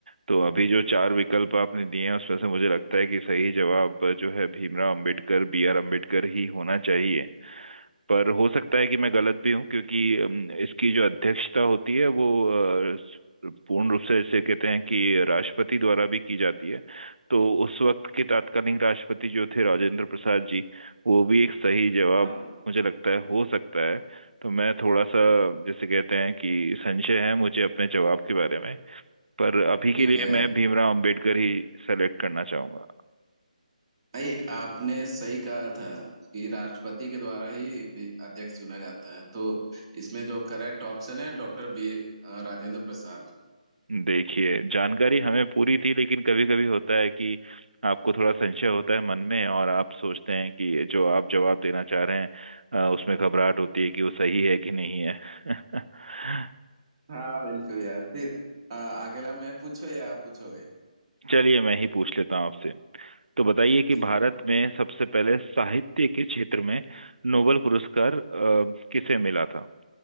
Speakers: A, on the right; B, on the right.
A: तो अभी जो चार विकल्प आपने दिए हैं उसमें से मुझे लगता है कि सही जवाब जो है भीमराव अंबेडकर बी आर अम्बेडकर ही होना चाहिए पर हो सकता है कि मैं गलत भी हूँ क्योंकि अम, इसकी जो अध्यक्षता होती है वो अ, स- पूर्ण रूप से इसे कहते हैं कि राष्ट्रपति द्वारा भी की जाती है तो उस वक्त के तात्कालीन राष्ट्रपति जो थे राजेंद्र प्रसाद जी वो भी एक सही जवाब
B: हाँ हाँ
A: मुझे लगता है हो सकता है तो मैं थोड़ा सा जैसे कहते हैं कि संशय है मुझे अपने जवाब के बारे में पर अभी के
B: ठीक
A: लिए
B: है
A: मैं भीमराव अंबेडकर ही सेलेक्ट करना चाहूंगा
B: भाई आपने सही कहा था कि राष्ट्रपति के द्वारा ही भी अध्यक्ष चुना जाता है तो इसमें जो करेक्ट ऑप्शन है डॉक्टर बी अ, राजेंद्र प्रसाद
A: देखिए जानकारी हमें पूरी थी लेकिन कभी कभी होता है कि आपको थोड़ा संशय होता है मन में और आप सोचते हैं कि जो आप जवाब देना चाह रहे हैं अ, उसमें घबराहट होती है कि वो सही है कि नहीं है <laughs>
B: हाँ बिल्कुल यार फिर अ, अगला मैं पूछो या आप पूछोगे
A: चलिए मैं ही पूछ लेता हूँ आपसे तो बताइए कि
B: ठीक
A: भारत
B: है
A: में सबसे पहले साहित्य के क्षेत्र में नोबेल पुरस्कार अ, किसे मिला था